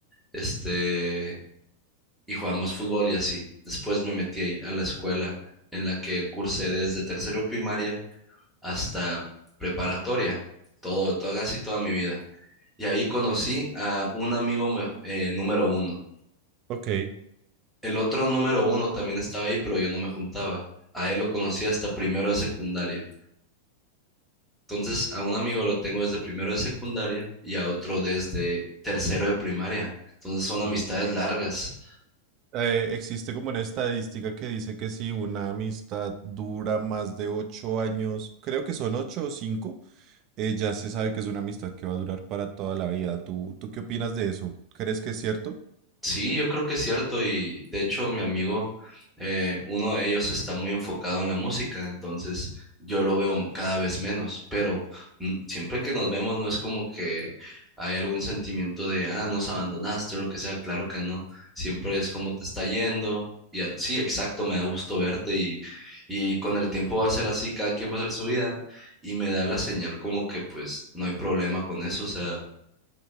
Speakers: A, in the centre; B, on the right.
A: Este, y jugábamos fútbol y así. Después me metí a la escuela en la que cursé desde tercero primaria hasta preparatoria, todo, toda, casi toda mi vida. Y ahí conocí a un amigo me- eh, número uno.
B: Ok.
A: El otro número uno también estaba ahí, pero yo no me juntaba. A él lo conocí hasta primero de secundaria. Entonces, a un amigo lo tengo desde primero de secundaria y a otro desde tercero de primaria. Entonces, son amistades
B: Ok.
A: largas.
B: Eh, existe como una estadística que dice que si una amistad dura más de ocho años, creo que son ocho o cinco, eh, ya se sabe que es una amistad que va a durar para toda la vida. ¿Tú, tú qué opinas de eso? ¿Crees que es cierto?
A: Sí, yo creo que es cierto y de hecho mi amigo, eh, uno de ellos está muy enfocado en la música, entonces yo lo veo cada vez menos, pero mm, siempre que nos vemos no es como que hay algún sentimiento de, ah, nos abandonaste o lo que sea, claro que no, siempre es como te está yendo y a- sí, exacto, me da gusto verte y, y con el tiempo va a ser así, cada quien va a hacer su vida y me da la señal como que pues no hay problema con eso, o sea,